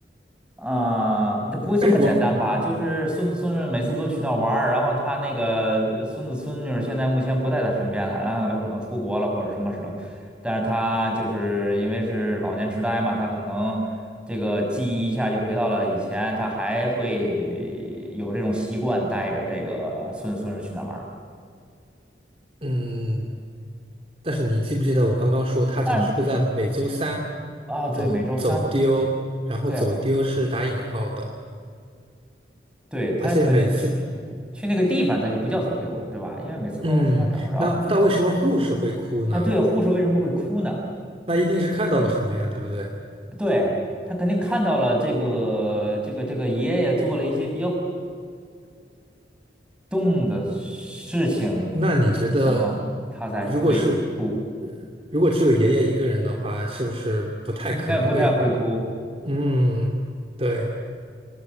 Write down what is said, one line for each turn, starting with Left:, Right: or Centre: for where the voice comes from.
Centre: 啊，这、不会这么简单吧？
Right: 哎，我
Centre: 就是孙子孙女每次都去那儿玩儿然后他那个呃孙子孙女儿现在目前不在他身边了，然后有可能出国了或者什么时候，但是他就是因为是老年痴呆嘛，他可能这个记忆一下就回到了以前，他还会有这种习惯带着这个孙子孙女儿去那儿玩儿
Right: 嗯，但是你记不记得我刚刚说，他总是会在每周三
Centre: 但是啊，对，
Right: 走走丢，
Centre: 每周三，
Right: 然后走丢是打引号的，
Centre: 对，还对他肯定去那个去那个地方，
Right: 而且每次
Centre: 他就不叫走丢了，对吧？因为每次都能从那儿找着。
Right: 嗯，那那为什么护士会哭呢？
Centre: 啊，对，护士为什么会哭呢？
Right: 那一定是看到了什么呀，对不对？
Centre: 对，他肯定看到了这个这个这个爷爷做了一些比较动的事情，
Right: 那你觉得，
Centre: 然后他才会哭，
Right: 如果是？如果只有爷爷一个人的话，是不是不太可能会？
Centre: 应该不太会哭。
Right: 嗯，对，